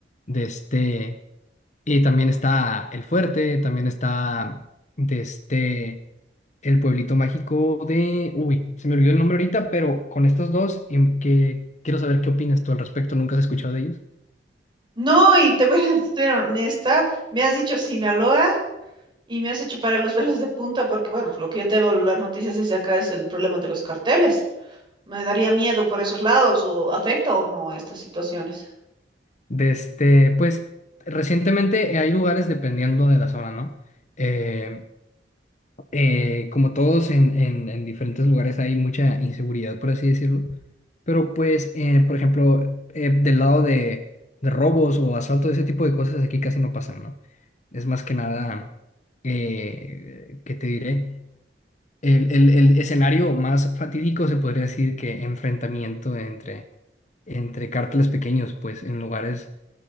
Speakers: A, on the left; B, on the right.
A: de este, y también está El Fuerte, también está de este, el pueblito mágico de, uy, se me olvidó el nombre ahorita, pero con estos dos, em, que quiero saber qué opinas tú al respecto, ¿nunca has escuchado de ellos?
B: No, y te voy <laughs> a ser honesta, me has dicho Sinaloa. Y me hace chupar a los pelos de punta porque, bueno, lo que yo tengo las noticias desde acá es el problema de los carteles. Me daría miedo por esos lados o afecta o no estas situaciones.
A: De este, pues recientemente eh, hay lugares dependiendo de la zona, ¿no? Eh, eh, como todos en, en, en diferentes lugares hay mucha inseguridad, por así decirlo. Pero pues, eh, por ejemplo, eh, del lado de, de robos o asalto, ese tipo de cosas aquí casi no pasan, ¿no? Es más que nada, eh, ¿qué te diré? El, el, el escenario más fatídico se podría decir que enfrentamiento entre, entre cárteles pequeños, pues en lugares